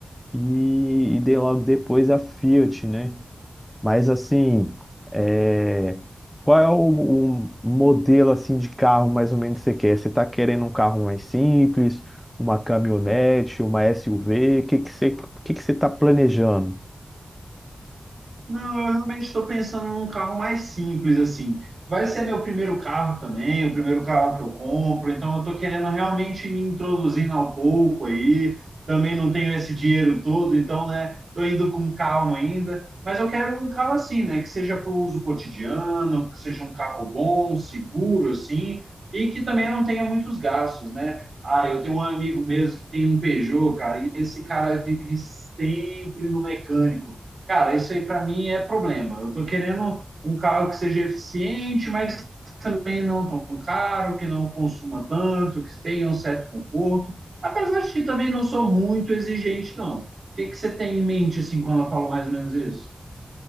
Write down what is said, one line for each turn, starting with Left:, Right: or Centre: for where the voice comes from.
Centre: e, e de- logo depois a Fiat, né? Mas assim, é, qual é o, o modelo assim de carro mais ou menos que você quer? Você está querendo um carro mais simples, uma caminhonete, uma SUV? O que que você, o que que você está planejando?
Right: Não, eu realmente estou pensando num carro mais simples, assim. Vai ser meu primeiro carro também, o primeiro carro que eu compro, então eu estou querendo realmente me introduzindo ao pouco aí. Também não tenho esse dinheiro todo, então, né, estou indo com calma ainda. Mas eu quero um carro assim, né, que seja para o uso cotidiano, que seja um carro bom, seguro, assim, e que também não tenha muitos gastos, né? Ah, eu tenho um amigo mesmo que tem um Peugeot, cara, e esse cara vive sempre no mecânico. Cara, isso aí para mim é problema. Eu tô querendo um carro que seja eficiente, mas também não tão caro, que não consuma tanto, que tenha um certo conforto. Apesar de que também não sou muito exigente, não. O que que você tem em mente assim quando eu falo mais ou menos isso?